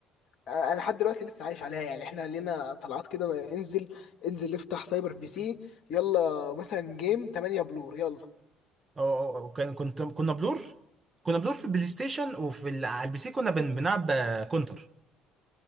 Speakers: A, on the left; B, on the right.
A: آه، انا لحد دلوقتي لسه عايش عليها يعني احنا لينا طلعات كده ما انزل انزل نفتح سايبر بي سي يلا مثلا جيم 8 بلور يلا
B: أو أو- أو كان كنت كنا بلور كنا بلور في البلاي ستيشن وفي ال- على البي سي كنا بن... بنلعب آه، كونتر